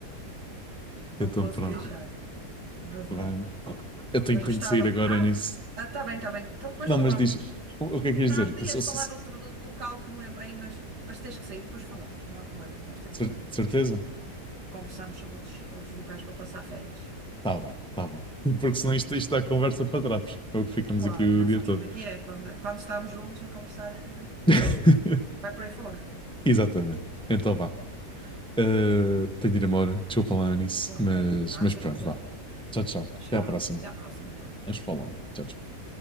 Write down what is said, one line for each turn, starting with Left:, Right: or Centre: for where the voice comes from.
Right: Não
Centre: Então,
Right: me posso
Centre: pronto.
Right: queixar. Mas
Centre: Bem,
Right: olha.
Centre: eu tenho,
Right: Mas
Centre: tenho
Right: gostava.
Centre: de sair agora
Right: Ah,
Centre: nisso.
Right: está bem, está bem. Então depois
Centre: Não,
Right: falamos.
Centre: mas diz, o, o que é que ias
Right: Não,
Centre: dizer?
Right: nem
Centre: Passou-
Right: ia-te
Centre: cer-
Right: falar de outro, de outro local que me lembrei, mas, mas tens que sair, depois falamos. Não há problema, nós temos
Centre: cer-
Right: tempo. Depois
Centre: certeza?
Right: conversámos sobre outros, outros locais para passar férias.
Centre: Está bem, está bem. Porque senão isto, isto dá conversa para trapos. É o que ficamos
Right: Claro,
Centre: aqui o
Right: já
Centre: dia
Right: sabes
Centre: todo.
Right: como é que é. Quando, quando estamos juntos a conversar, é...
Centre: <laughs>
Right: vai por aí fora.
Centre: Exatamente. Então vá. Uh, tenho de ir embora. Desculpa lá nisso.
Right: Ok.
Centre: Mas,
Right: Ah,
Centre: mas
Right: sem
Centre: pronto,
Right: problema.
Centre: vá. Tchau, tchau.
Right: Tchau.
Centre: Até à próxima.
Right: Até à próxima, então.
Centre: Vamos falando. Tchau, tchau.